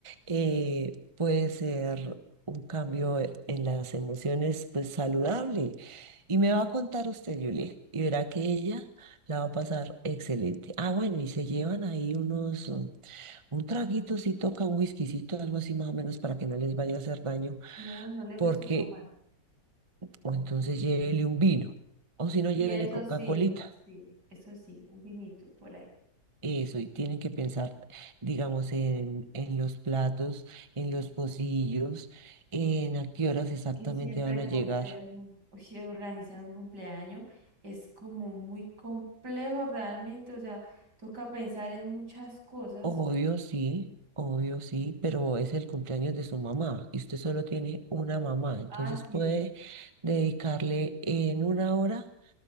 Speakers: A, on the right (about 20°); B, on the right (about 70°).
A: eh, puede ser un cambio en las emociones pues saludable. Y me va a contar usted, Julia, y verá que ella la va a pasar excelente. Ah, bueno, y se llevan ahí unos, um, un traguito, si toca un whiskycito, algo así más o menos para que no les vaya a hacer daño,
B: no, no le
A: porque,
B: gusta tomar.
A: o entonces llévele un vino, o si no,
B: Y
A: llévele
B: eso
A: Coca-Colita.
B: sí, eso sí. Eso sí, un vinito por ahí.
A: Eso, y tienen que pensar, digamos, en, en los platos, en los pocillos, en a qué horas exactamente
B: Que siempre
A: van a
B: compré
A: llegar.
B: un- Uy, sí, organizar un cumpleaños es como muy complejo realmente, o sea, toca pensar en muchas cosas.
A: Obvio sí, obvio sí, pero es el cumpleaños de su mamá y usted solo tiene una mamá, entonces
B: Ah, sí,
A: puede
B: eso.
A: dedicarle en una hora,